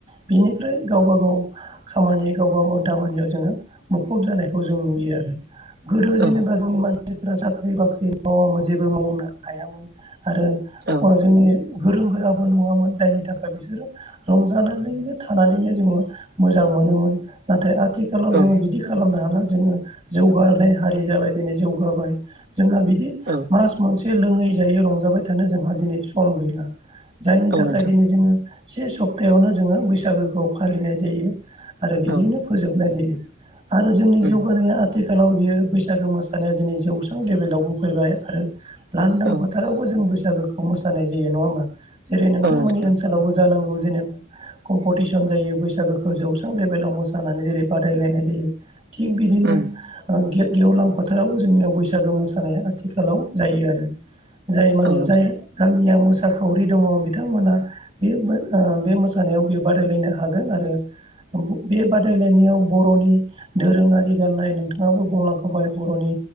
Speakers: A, on the right; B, on the right.
A: बेनिफ्राय गावबा गाव खामानि गावबा माव दामानियाव जोङो मुखुब जानायखौ जों नुयो आरो गोदो जेनेबा
B: औ
A: जोंनि मानसिफोरा साख्रि बाख्रि मावामोन जेबो मावनो हायामोन आरो
B: औ
A: वो जोंनि गोरों गोराबो नङामोन जायनि थाखाय बिसोरो रंजानानैनो थानानैनो जोङो मोजां मोनोमोन नाथाय आ आथिखालाव जोङो
B: औ
A: बिदि खालामनो हाला जोङो जौगानाय हारि जाबाय दिनै जौगाबाय जोंहा बिदि
B: औ
A: मास मोनसे लोङै जायै रंजाबाय थानो जोंहा दिनै सम गैला जायनि
B: औ
A: थाखाय
B: नोंथां
A: दिनै जोङो से सप्तायावनो जोङो बैसागोखौ फालिनाय जायो आरो बिदियैनो
B: औ
A: फोजोबनाय जायो आरो जोंनि
B: उम
A: जौगानाया आथिखाल खालाव बेयो बैसागो मोसानाया दिनै जौस्रां लेभेलावबो फैबाय आरो लांदां
B: औ
A: फोथारावबो जों बैसागोखौ मोसानाय जायो नङा होमबा जेरै नोंथांमोननि
B: औ नोंथां
A: ओनसोलावबो जानांगौ जेनेबा कम्पिटिसन जायो बैसागोखौ जौस्रां लेभेलाव मोसानानै जेरै बादायलायनाय जायो थिग बिदिनो
B: उम
A: ओ गेवलां फोथारावबो जोंनियाव बैसागो मोसानाया आथि खालाव जायो आरो जाय माने
B: औ नोंथां
A: जाय गामिया मोसा साखावरि दङ बिथांमोना बे बे मोसानायाव बे बादायलायनो हागोन आरो बे बादायलायनायाव बर'नि दोरोङारि गाननाय नोंथाङाबो बुंलांखाबाय बर'नि